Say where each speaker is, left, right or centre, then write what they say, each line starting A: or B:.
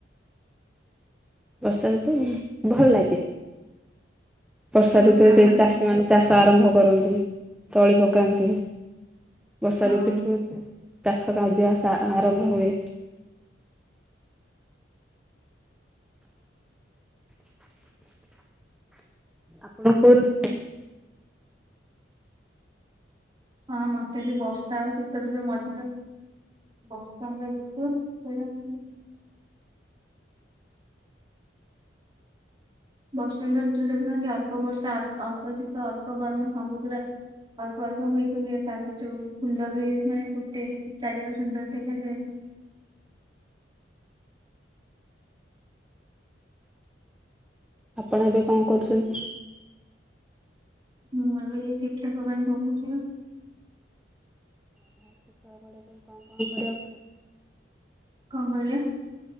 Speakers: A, in the centre; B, on the right.
A: ବର୍ଷା ଋତୁ ଭଲ ଲାଗେ ବର୍ଷା
B: ହଁ
A: ଋତୁରେ
B: ଆପଣ
A: ଯୋଉ ଚାଷୀ ମାନେ ଚାଷ ଆରମ୍ଭ କରନ୍ତି ତଳି ପକାନ୍ତି। ବର୍ଷା
B: ହଁ
A: ଋତୁ ଠୁ ଚାଷ କାର୍ଯ ଆରମ୍ଭ ହୁଏ। ଆପଣ କୋଉ ଋତୁ ଲାଗେ?
B: ହଁ ମତେ ବି ବର୍ଷା ଆଉ ଶୀତଋତୁ ମଝିରେ ବର୍ସନ୍ତ ଋତୁ ସେଇଟା ଭଲଲାଗେ। ବର୍ସନ୍ତ ଋତରେ ଦେଖୁନାହାନ୍ତି ଅଳ୍ପ ବର୍ଷା ଅଳ୍ପ ଶୀତ ଅଳ୍ପ ଗରମ ସବୁପୁରା ଅଳ୍ପ ଅଳ୍ପହୁଇକିହୁଏ ତାପରେ ଯୋଉ ଫୁଲ ବି ମାନେ ଫୁଟେ ଚାରିଆଡେ ସୁନ୍ଦର ଦେଖାଯାଏ।
A: ଆପଣ ଏବେ କଣ କରୁଛନ୍ତି?
B: ମୁଁ ଏବେ ଏଇ ଶିକ୍ଷକ ପାଇଁ ପଡ଼ୁଚି।
A: ଶିକ୍ଷକ ପଢିବା ପାଇଁ କଣ କଣ କରିବାକୁ ପଡିବ?
B: କଣ କହିଲେ?